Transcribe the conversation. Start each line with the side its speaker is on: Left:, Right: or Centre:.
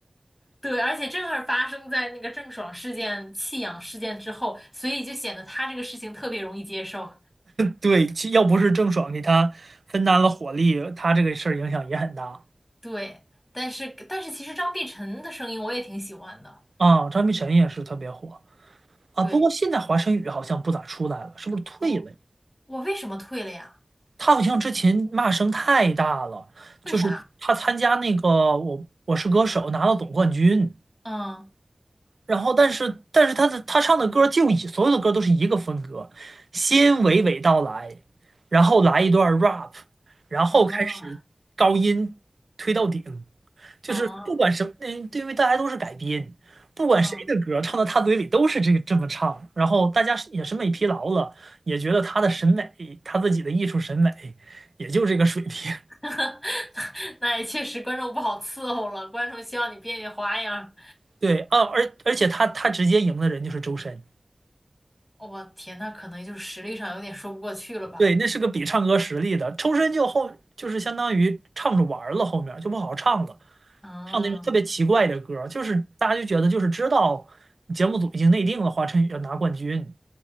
Left: 对，而且正好发生在那个郑爽事件、弃养事件之后，所以就显得他这个事情特别容易接受。
Right: 对，其要不是郑爽给他分担了火力，他这个事儿影响也很大
Left: 对，但是但是其实张碧晨的声音我也挺喜欢的。
Right: 啊。张碧晨也是特别火啊，
Left: 对，
Right: 不过现在华晨宇好像不咋出来了，是不是退了呀？
Left: 哦，我为什么退了呀？
Right: 他好像之前骂声太大了，就是他参加那个我我是歌手拿到总冠军，
Left: 为啥？嗯，
Right: 然后但是但是他的他唱的歌就以所有的歌都是一个风格，先娓娓道来，然后来一段 rap，然后开始高音推到顶，
Left: 啊
Right: 就是不管什么，
Left: 啊
Right: 嗯，对因为大家都是改编，不管谁的歌唱到他嘴里都是这个这么唱，
Left: 嗯，
Right: 然后大家是也审美疲劳了，也觉得他的审美，他自己的艺术审美也就这个水平。<laughs>
Left: <laughs> 那也确实观众不好伺候了，观众希望你变变花样儿
Right: 对啊，而而且他他直接赢的人就是周深。
Left: 我天，那可能就是实力上有点说不过去了吧？
Right: 对，那是个比唱歌实力的，周深就后就是相当于唱着玩儿了，后面就不好唱了，
Left: 嗯
Right: 唱那种特别奇怪的歌儿就是大家就觉得就是知道节目组已经内定了华晨宇要拿冠军，